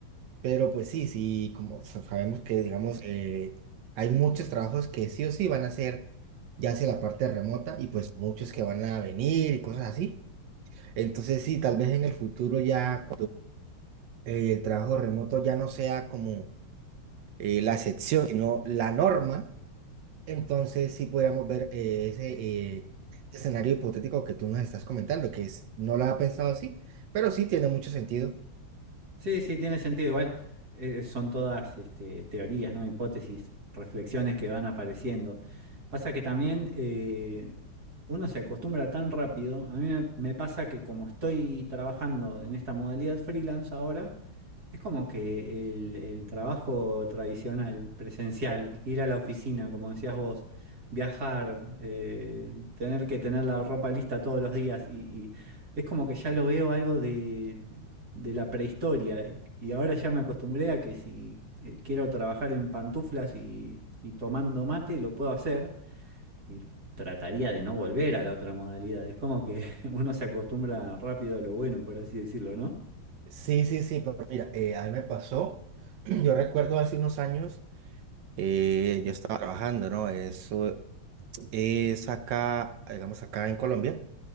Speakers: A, on the right; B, on the right.
A: pero pues sí, sí, como sa- sabemos que, digamos, eh, hay muchos trabajos que sí o sí van a ser ya hacia la parte remota y pues muchos que van a venir y cosas así. Entonces sí, tal vez en el futuro ya eh, el trabajo remoto ya no sea como eh, la excepción, sino la norma, entonces sí podríamos ver eh, ese eh, escenario hipotético que tú nos estás comentando, que es, no lo había pensado así, pero sí tiene mucho sentido.
B: Sí, sí, tiene sentido. Igual eh, son todas este, teorías, ¿no? Hipótesis, reflexiones que van apareciendo. Pasa que también eh, uno se acostumbra tan rápido. A mí me, me pasa que como estoy trabajando en esta modalidad freelance ahora, es como que el, el trabajo tradicional, presencial, ir a la oficina, como decías vos, viajar, eh, tener que tener la ropa lista todos los días y y- es como que ya lo veo algo de, de la prehistoria. Y ahora ya me acostumbré a que si eh, quiero trabajar en pantuflas y, y tomando mate, lo puedo hacer. Y trataría de no volver a la otra modalidad. Es como que <laughs> uno se acostumbra rápido a lo bueno, por así decirlo, ¿no?
A: Sí, sí, sí, pero mira, eh, a mí me pasó, <clears throat> yo recuerdo hace unos años, eh, yo estaba trabajando, ¿no? Eso es acá, digamos acá en Colombia,